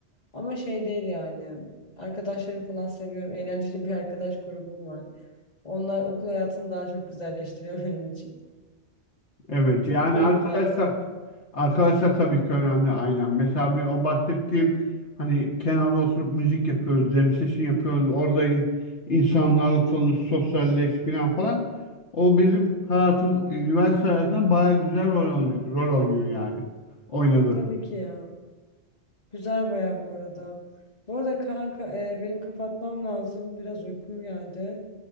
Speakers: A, on the left (about 35°); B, on the left (about 75°).
A: Ama şey değil yani. Arkadaşlarımı falan seviyorum. <laughs> Eğlenceli bir arkadaş grubum var. Onlar okul hayatını daha çok güzelleştiriyor <laughs> benim için.
B: Evet
A: Çok
B: yani
A: komikler.
B: arkadaşlar arkadaşlar tabii ki önemli aynen. Mesela bir o bahsettiğim hani kenarda oturup müzik yapıyoruz, jam session yapıyoruz. Orada in- insanlarla tanış, sosyalleş falan falan. O bizim hayatım, üniversite hayatında bayağı güzel rol, oynuyor, rol oynuyor yani. Oynadı.
A: Tabii ki ya. Güzel baya bu arada. Bu arada kanka e, benim kapatmam lazım. Biraz uykum geldi.